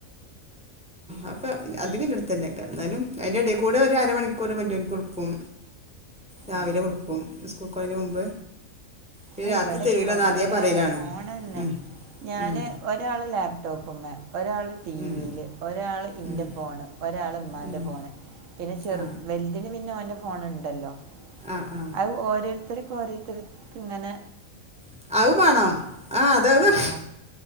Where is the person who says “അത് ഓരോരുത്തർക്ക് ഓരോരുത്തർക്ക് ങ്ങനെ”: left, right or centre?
Right